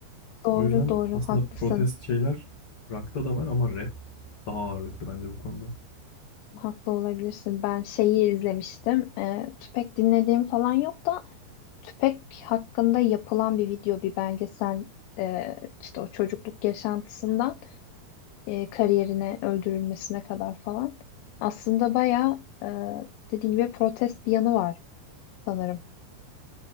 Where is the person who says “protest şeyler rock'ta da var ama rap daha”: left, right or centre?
Left